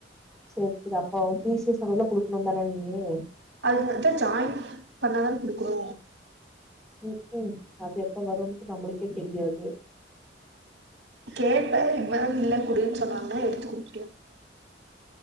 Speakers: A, in the centre; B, on the right (about 80°).
A: சேரி சேரி அப்போ பீசஸ் அதல்லா குடுக்கணு தானே நீயி
B: அது மட்டு ஜாயின் பண்ணா தான குடுக்குனு
A: ம் ம் அது எப்ப வருனுட்டு நம்மளுக்கே தெரியாது
B: கேப்பேன் மேம் இல்ல கூடுன்னு சொன்னாங்க எடுத்து குடுத்துருவேன்